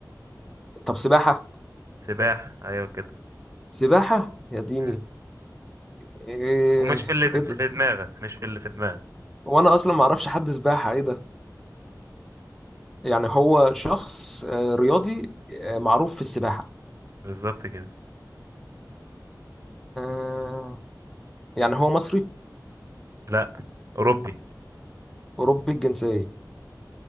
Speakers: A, in the centre; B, on the right (about 45°).
A: <laughs> طب سباحة
B: سباحة ايوه كده
A: سباحة يا ديني
B: مم.
A: ايه
B: ومش في اللي في
A: ايه ده
B: اللي دماغك مش في اللي في دماغك
A: وانا اصلا ما اعرفش حد سباحة ايه ده يعني هو شخص آه، رياضي آه، معروف في السباحة
B: بالظبط كده
A: آه، يعني هو مصري
B: لا اوروبي
A: اوروبي الجنسية